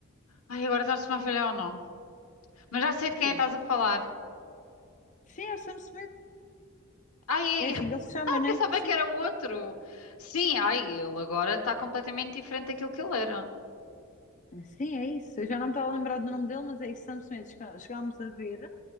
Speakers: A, on the left (about 85°); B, on the left (about 35°).
A: ai, agora está-me a falhar o nome. Mas já sei de
B: ok.
A: quem estás a falar.
B: Sim, é o Sam Smith.
A: Ai, ai,
B: É assim
A: <laughs>
B: que ele se chama,
A: ai,
B: né?
A: pensava
B: Sim.
A: que era o outro. Sim, ai, ele agora está completamente diferente daquilo que ele era.
B: Sim, é isso. Eu já não me estava a lembrar do nome dele, mas é isso, Sam Smith. Chega- Chegámos a ver.